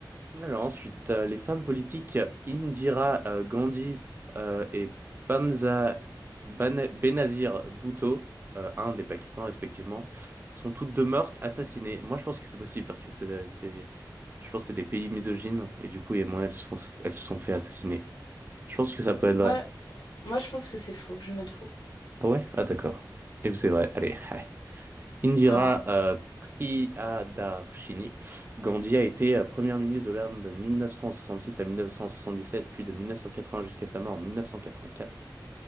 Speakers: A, on the right; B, on the left.
A: Alors ensuite, euh, les femmes politiques euh, Indira euh, Gandhi euh, et Bamza Bana- Benazir Bhutto, euh, Inde et Pakistan respectivement, sont toutes deux mortes, assassinées. Moi, je pense que c'est possible parce que c'est, c'est- je pense que c'est des pays misogynes et du coup, et moi, elles se sont, elles se sont fait assassiner. Je pense que ça peut être vrai.
B: Moi, moi, je pense que c'est faux. Je vais mettre faux.
A: Ah ouais? Ah d'accord. Et c'est vrai. Allez. <laughs> Indira
B: Ah.
A: euh, Priyadarshini Gandhi a été euh, première ministre de l'Inde de 1966 à 1977, puis de 1980 jusqu'à sa mort en 1984.